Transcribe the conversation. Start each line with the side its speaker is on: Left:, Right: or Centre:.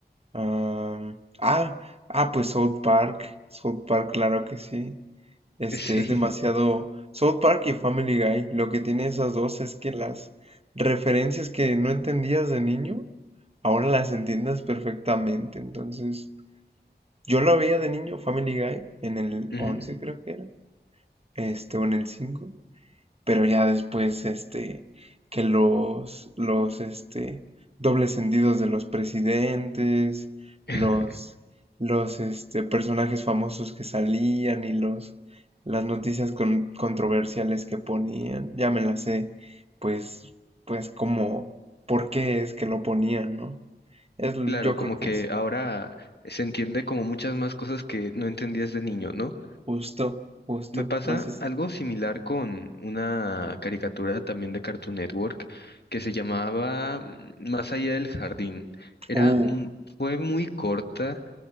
Right: Am, ah, ah, pues South Park. South Park, claro que sí. Este
Left: <laughs> Sí.
Right: es demasiado. South Park y Family Guy. Lo que tiene esas dos es que las referencias que no entendías de niño, ahora las entiendes perfectamente. Entonces, yo lo veía de niño, Family Guy, en el
Left: ujú.
Right: 11 creo que era. Este, o en el cinco pero ya después, este, que los, los, este, dobles sentidos de los presidentes,
Left: <laughs>
Right: los, los, este, personajes famosos que salían y los, las noticias con- controversiales que ponían, ya me las sé, pues, pues como, ¿por qué es que lo ponían, no? Es,
Left: Claro,
Right: yo
Left: como
Right: creo que
Left: que
Right: es
Left: ahora se entiende como muchas más cosas que no entendías de niño, ¿no?
Right: justo, justo,
Left: Me pasa
Right: no sé. si-
Left: algo similar con una caricatura también de Cartoon Network que se llamaba mm, Más allá del jardín. Era,
Right: Uh,
Left: mu- fue muy corta,